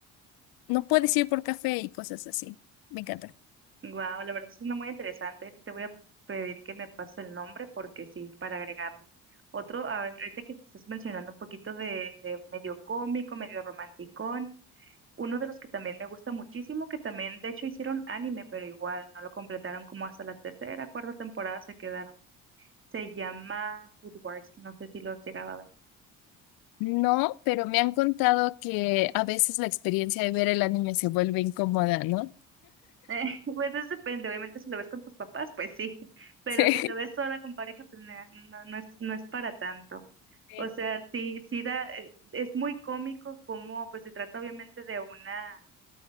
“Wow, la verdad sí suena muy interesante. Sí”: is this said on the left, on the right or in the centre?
Right